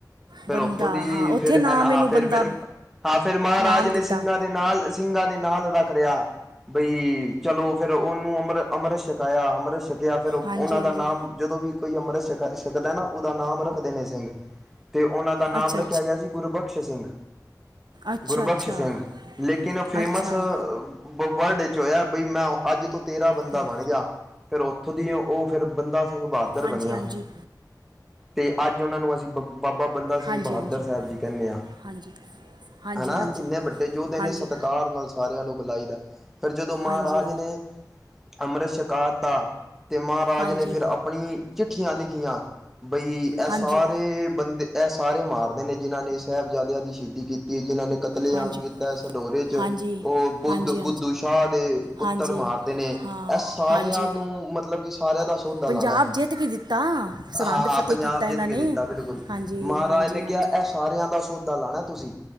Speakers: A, in the centre; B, on the right.
A: ਫਿਰ
B: ਬੰਦਾ
A: ਉੱਥੋਂ ਦੀ
B: ਹਾਂ ਉੱਥੇ
A: ਫਿਰ
B: ਨਾਮ
A: ਅ ਨਾ
B: ਮੈਨੂੰ
A: ਹਾਂ ਫਿਰ
B: ਬੰਦਾ
A: -ਫਿਰ ਹਾਂ ਫਿਰ ਮਹਾਰਾਜ
B: ਨਾਮ
A: ਨੇ
B: ਦਿੱਤਾ
A: ਸਿੰਘਾਂ ਦੇ ਨਾਲ ਸਿੰਘਾਂ ਦੇ ਨਾਲ ਰੱਖ ਰਿਹਾ ਬਈ ਚਲੋ ਫਿਰ ਉਹਨੂੰ ਅੰਮ੍ਰਿ-ਅੰਮ੍ਰਿਤ ਛਕਾਇਆ, ਅੰਮ੍ਰਿਤ ਛਕਿਆ ਫਿਰ ਉਹਨਾਂ
B: ਹਾਂਜੀ ਹਾਂਜੀ
A: ਦਾ ਨਾਮ ਜਦੋਂ ਵੀ ਕੋਈ ਅੰਮ੍ਰਿਤ ਛਕ -ਛਕਦਾ ਨਾ ਉਹਦਾ ਨਾਮ ਰੱਖ ਦੇ ਹੋਦੇ ਸਨ। ਤੇ ਉਹਨਾਂ ਦਾ ਨਾਮ
B: ਅੱਛਾ
A: ਰੱਖਿਆ ਗਿਆ ਸੀ ਗੁਰਬਖਸ਼ ਸਿੰਘ।
B: ਅੱਛਾ ਅੱਛਾ
A: ਗੁਰਬਖਸ਼
B: ਅੱਛਾ
A: ਸਿੰਘ, ਲੇਕਿਨ ਫੇਮਸ
B: ਅੱਛਾ
A: ਅ ਵਰਲਡ 'ਚ ' ਹੋਇਆ ਬਈ ਅੱਜ ਤੋਂ ਤੇਰਾ ਬੰਦਾ
B: ਹਾਂ
A: ਬਣ ਗਿਆ। ਫਿਰ ਉੱਥੋਂ ਦੀ ਉਹ ਫਿਰ ਬੰਦਾ ਸਿੰਘ ਬਹਾਦਰ
B: ਹਾਂਜੀ
A: ਬਣਿਆ।
B: ਹਾਂਜੀ
A: ਤੇ ਅੱਜ ਉਹਨਾਂ ਨੂੰ ਅਸੀਂ ਬੰਦਾ ਬਾਬਾ ਬੰਦਾ ਸਿੰਘ
B: ਹਾਂਜੀ
A: ਬਹਾਦਰ
B: ਹਾਂਜੀ
A: ਸਾਹਿਬ ਜੀ ਕਹਿੰਨੇ ਆਂ।
B: ਹਾਂਜੀ ਹਾਂਜੀ
A: ਹਨਾਂ
B: ਹਾਂਜੀ
A: ਇੰਨੇ ਵੱਡੇ ਯੋਧੇ
B: ਹਾਂਜੀ
A: ਨੇੇ ਸਤਿਕਾਰ ਨਾਲ ਸਾਰਿਆਂ ਨੂੰ ਬੁਲਾਈ ਦਾ। ਫਿਰ ਜਦੋਂ ਮਹਾਰਾਜ
B: ਹਾਂਜੀ ਹਾਂਜੀ
A: ਨੇ, ਅੰਮ੍ਰਿਤ ਛਕਾ ਤਾਂ ਤੇ ਮਹਾਰਾਜ
B: ਹਾਂਜੀ
A: ਨੇ ਫਿਰ ਆਪਣੀ ਚਿੱਠੀਆਂ ਲਿਖੀਆਂ, ਬਈ ਇਹ
B: ਹਾਂਜੀ
A: ਸਾਰੇ
B: ਹਾਂਜੀ
A: ਬੰਦੇ ਇਹ ਸਾਰੇ ਮਾਰਦੇ ਨੇ ਜਿਨ੍ਹਾਂ ਨੇ ਸਾਹਿਬਜ਼ਾਦਿਆਂ ਦੀ ਸ਼ਹੀਦੀ ਕੀਤੀ ਜਿਨ੍ਹਾਂ ਨੇ ਕਤਲੇਆਮ
B: ਹਾਂਜੀ
A: ਕੀਤਾ ਸਡੋਰੇ ਚ,
B: ਹਾਂਜੀ
A: ਉਹ ਬੁੱਧ-ਬੁੱਧੂ
B: ਹਾਂਜੀ
A: ਸ਼ਾਹ ਦੇ ਪੁੱਤਰ
B: ਹਾਂਜੀ
A: ਮਾਰ ਤੇ ਨੇ
B: ਹਾਂ
A: ਇਹ ਸਾਰਿਆਂ
B: ਹਾਂਜੀ
A: ਨੂੰ ਮਤਲਬ ਤੂੰ ਸਾਰਿਆਂ ਦਾ ਸੌਦਾ
B: ਪੰਜਾਬ
A: ਲਾਣਾਂ,
B: ਜਿੱਤ ਕੇ ਦਿੱਤਾ ਸਰਹੰਦ
A: ਹਾਂ-ਹਾਂ
B: ਫਤਿਹ
A: ਪੰਜਾਬ
B: ਕੀਤਾ
A: ਜਿੱਤ
B: ਇਹਨਾਂ
A: ਕੇ
B: ਨੇ
A: ਦਿੱਤਾ ਬਿਲਕੁਲ
B: ਹਾਂਜੀ
A: ਮਹਾਰਾਜ
B: ਹਾਂਜੀ
A: ਨੇ ਕਿਹਾ
B: ਹਾਂਜੀ
A: ਐਸ ਸਾਰਿਆਂ ਦਾ ਸੌਦਾ ਲਾਣਾ ਤੁਸੀਂ,